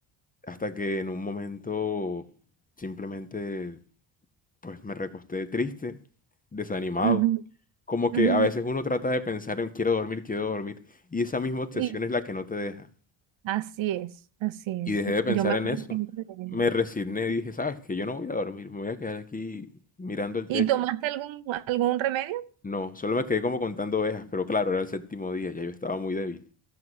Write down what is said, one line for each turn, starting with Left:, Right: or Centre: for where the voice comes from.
Left: Hasta que en un momento simplemente pues me recosté triste, desanimado.
Right: ujú,
Left: Como que
Right: ujú.
Left: a veces uno trata de pensar en quiero dormir, quiero dormir, y esa misma obsesión
Right: Y
Left: es la que no te deja.
Right: así es, así
Left: Y
Right: es.
Left: dejé de pensar
Right: Yo me
Left: en
Right: acuerdo
Left: eso.
Right: siempre de ella.
Left: Me resigné, dije, sabes que yo no voy a dormir, me voy a quedar aquí mirando el
Right: ¿Y
Left: techo.
Right: tomaste algún, algún remedio?
Left: No, solo me quedé como contando ovejas, pero claro, era el séptimo día, ya yo estaba muy débil.